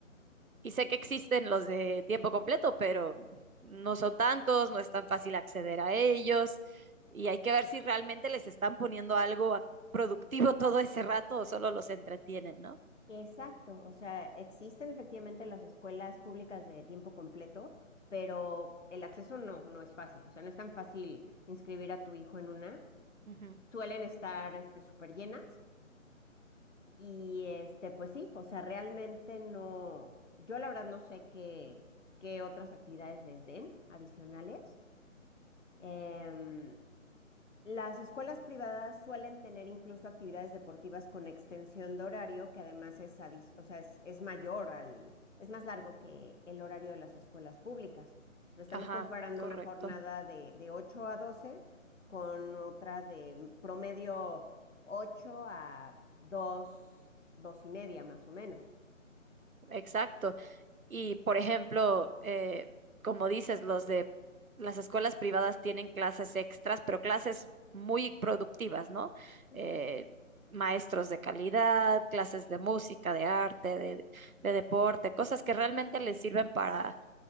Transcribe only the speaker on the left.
Y-
Exacto, o sea, existen efectivamente las escuelas públicas de tiempo completo, pero el acceso no, no es fácil, o sea, no es tan fácil inscribir a tu hijo en una.
Suelen estar este, súper llenas Y este, pues sí, o sea, realmente no, yo la verdad no sé qué, qué otras actividades les den adicionales. Em, las escuelas privadas suelen tener incluso actividades deportivas con extensión de horario, que además es, adic- o sea, es, es mayor al, es más largo que el horario de las escuelas públicas. O sea, estamos
comparando
una jornada de, de 8 a 12 con otra de mm, promedio 8 a dos dos y media más o menos.
Ujú,